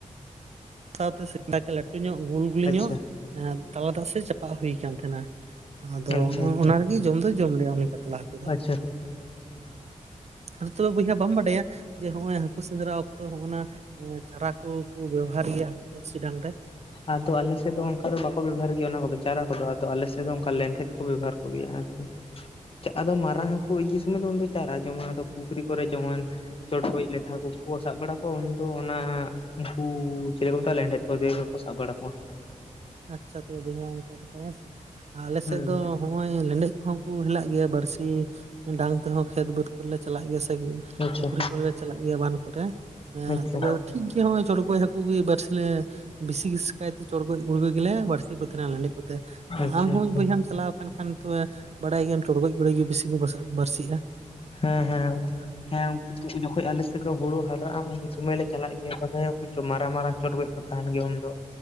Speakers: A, on the right; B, on the left.
A: ᱥᱟᱶᱛᱮ ᱥᱮ ᱞᱟᱹᱴᱩ ᱧᱚᱜ ᱜᱩᱞ ᱜᱩᱞᱤ
B: ᱟᱪᱪᱷᱟ
A: ᱧᱚᱜ ᱮ ᱛᱟᱞᱟ ᱫᱟᱜ ᱥᱮᱫ ᱪᱟᱯᱟ ᱦᱩᱭ ᱠᱟᱱᱟ ᱛᱟᱦᱮᱱᱟ ᱾ ᱟᱫᱚ
B: ᱟᱪᱪᱷᱟ
A: ᱚᱱᱟ ᱨᱮᱜᱮ ᱡᱚᱢ ᱫᱚᱭ ᱡᱚᱢ ᱞᱮᱭᱟ ᱩᱱᱤ ᱠᱟᱛᱞᱟ ᱦᱟᱹᱠᱩ ᱫᱚ।
B: ᱟᱪᱪᱷᱟ ᱟᱪᱪᱷᱟ
A: ᱟᱫᱚ ᱛᱚᱵᱮ ᱵᱚᱭᱦᱟ ᱵᱟᱢ ᱵᱟᱰᱟᱭᱟ ᱡᱮ ᱦᱚᱜ ᱚᱭ ᱦᱟᱠᱩ ᱥᱮᱸᱫᱽᱨᱟ ᱚᱠᱛᱚ ᱦᱚᱸ-ᱱᱟ ᱪᱟᱨᱟ ᱠᱚᱠᱚ ᱵᱮᱵᱚᱦᱟᱨ ᱜᱮᱭᱟ ᱦᱠᱩ ᱵᱟᱹᱲᱥᱤ ᱰᱟᱝ ᱨᱮ?
B: ᱟᱫᱚ ᱟᱞᱮ ᱥᱮᱫ ᱫᱚ ᱚᱱᱠᱟ ᱫᱚ ᱵᱟᱠᱚ ᱵᱮᱵᱚᱦᱟᱨ ᱜᱮᱭᱟ ᱚᱱᱟ ᱠᱚᱫᱚ ᱪᱟᱨᱟ ᱠᱚᱫᱚ ᱟᱫᱚ ᱟᱞᱮ ᱥᱮᱫ ᱫᱚ ᱚᱱᱠᱟ ᱞᱮᱱᱰᱮᱫ ᱠᱚ ᱵᱮᱵᱚᱦᱟᱨ ᱠᱚᱜᱮᱭᱟ ᱟᱨᱠᱤ। ᱟᱫᱚ ᱢᱟᱨᱟᱝ ᱦᱟᱹᱠᱩ ᱤᱫᱤ ᱥᱚᱢᱚᱭ ᱫᱚ ᱩᱱᱫᱚ ᱪᱟᱨᱟ ᱡᱚᱢᱟ ᱟᱫᱚ ᱯᱩᱠᱷᱨᱤ ᱠᱚᱨᱮ ᱡᱮᱢᱚᱱ ᱪᱚᱲᱜᱚᱡ ᱞᱮᱴᱷᱟ ᱠᱚᱠᱚ ᱥᱟᱵ ᱵᱟᱲᱟ ᱠᱚᱣᱟ ᱩᱱᱫᱚ ᱚᱱᱟ ᱩᱱᱠᱩ ᱪᱤᱞᱮ ᱠᱚ ᱢᱮᱛᱟᱜᱼᱟ ᱞᱮᱱᱰᱮᱫ ᱛᱮᱜᱮ ᱠᱚ ᱥᱟᱵ ᱵᱟᱲᱟ ᱠᱚᱣᱟ।
A: ᱟᱪᱪᱷᱟ ᱛᱚᱵᱮ ᱵᱚᱭᱦᱟ ᱚᱱᱠᱟ ᱠᱟᱛᱟᱭ ᱦᱮᱸ ᱥᱮ ᱟᱞᱮ
B: ᱦᱩᱸ
A: ᱥᱮᱫ ᱫᱚ ᱦᱚᱸᱜᱼᱚᱭ ᱞᱮᱸᱰᱮᱫ। ᱦᱚᱸᱠᱚ ᱦᱮᱞᱟᱜ ᱜᱮᱭᱟ ᱵᱟᱹᱲᱥᱤ ᱰᱟᱝ ᱛᱮᱦᱚᱸ ᱠᱷᱮᱛ ᱵᱟᱹᱫᱽ ᱠᱚᱨᱮᱞᱮ ᱪᱟᱞᱟᱜ ᱜᱮᱭᱟ ᱥᱮ
B: ᱟᱪᱪᱷᱟ
A: ᱯᱩᱠᱷᱨᱤ ᱞᱮ ᱪᱟᱞᱟᱜ ᱜᱮᱭᱟ ᱵᱟᱱ ᱠᱚᱨᱮᱸ
B: ᱟᱪᱪᱷᱟ
A: ᱛᱚᱵᱮ ᱴᱷᱤᱠ ᱜᱮ ᱦᱚᱜ-ᱚᱭ ᱪᱚᱰᱜᱚᱡ ᱦᱟᱹᱠᱩ ᱜᱮ ᱵᱟᱨᱥᱮ ᱵᱤᱥᱤ ᱠᱟᱭᱛᱮ ᱪᱚᱲᱜᱚᱭ। <unintelligible> <unintelligible> ᱜᱮᱞᱮ ᱵᱟᱹᱲᱥᱤ ᱠᱚ ᱛᱟᱦᱮᱱᱟ ᱞᱮᱸᱰᱮᱡ ᱠᱚᱛᱮ
B: ᱟᱪᱪᱷᱟ
A: ᱟᱢ ᱦᱚᱸ
B: ᱟᱪᱪᱷᱟ
A: ᱵᱚᱭᱦᱟᱢ ᱪᱟᱞᱟᱣ᱾ ᱢᱮᱱᱠᱷᱟᱱ ᱛᱚᱵᱮ ᱵᱟᱲᱟᱭ ᱜᱮᱭᱟᱢ ᱪᱚᱲᱜᱚᱡ ᱜᱚᱲ ᱜᱮ ᱵᱤᱥᱤ ᱠᱚ ᱵᱟᱹᱲᱥᱤᱜ-ᱟ᱾
B: ᱦᱮᱸ ᱦᱮᱸ ᱦᱮᱸ ᱩᱱᱠᱩ ᱡᱚᱠᱷᱚᱡ ᱟᱞᱮᱥᱮᱫ ᱦᱳᱲᱳ ᱦᱟᱨᱟᱜ-ᱟ ᱩᱱ ᱥᱚᱢᱚᱭ ᱞᱮ ᱪᱟᱞᱟᱜ ᱜᱮᱭᱟ ᱛᱟᱦᱚᱞᱮ ᱩᱱᱠᱩ ᱪᱚ ᱢᱟᱨᱟᱝ ᱢᱟᱨᱟᱝ ᱪᱚᱴ ᱜᱚᱡ ᱠᱚ ᱛᱟᱦᱮᱱ ᱜᱮᱭᱟ ᱩᱱᱫᱚ